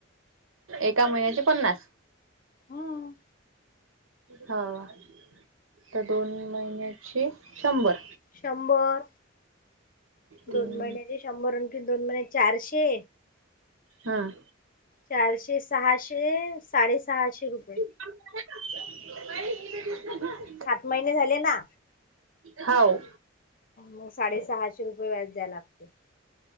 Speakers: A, on the right; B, on the left.
A: एका महिन्याचे पन्नास.
B: हम्म
A: हाव तर दोन महिन्या ची शंभर
B: शंभर
A: तीन
B: दोन महिन्याचे शंभर हून ते दोन महिन्याचे चारशे
A: हां.
B: चारशे सहाशे साडेसहाशे रुपये.
A: <inaudible>
B: सात महिने झाले ना.
A: हाव.
B: मग साडे सहाशे रुपये व्याज द्याय लागते.